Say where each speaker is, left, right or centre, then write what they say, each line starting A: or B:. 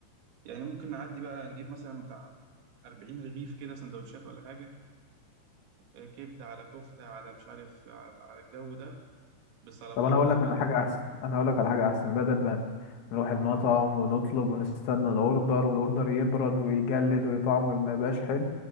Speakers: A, on the right (about 85°); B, on the left (about 90°).
A: يعني ممكن نعدي بقى نجيب مثلا بتاع 40 رغيف كده سندوتشات ولا حاجة آه، كبدة على كفتة على مش عارف على على الجو ده بسلطات
B: طب انا هقول
A: بقى
B: لك على حاجه احسن انا هقول لك على حاجه احسن بدل ما نروح المطعم ونطلب ونستنى الاوردر والاوردر يبرد ويجلد ويطعمه ما يبقاش حلو